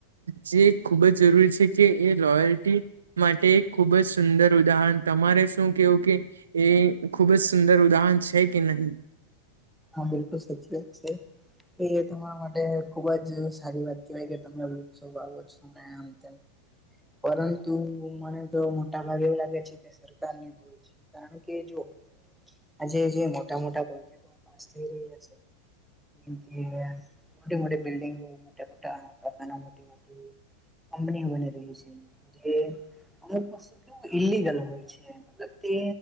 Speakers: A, on the right; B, in the centre.
A: જે ખુબ જ જરૂરી છે કે એ લોયલ્ટી માટે એક ખૂબ જ સુંદર ઉદાહરણ તમારે શું કેવું કે એ ખુબ જ સુંદર ઉદાહરણ છે કે નહીં.
B: હા બિલકુલ સાચી વાત છે. એ તમારા માટે ખુબ જ સારી વાત કહેવાય કે તમે વૃક્ષો વાવો છો. આમ તેમ પરંતુ મને તો મોટા ભાગે એવું લાગે છે કે સરકારની કારણ કે જો આજે જે મોટા મોટા પાસ થઈ રહ્યા છે. જેમ કે મોટી મોટી બિલ્ડીંગો મોટા મોટા કારખાના મોટી મોટી કપની બની રહી છે જે અમુક પાસુ કેવુ ઈલીગલ હોય છે. મતલબ તે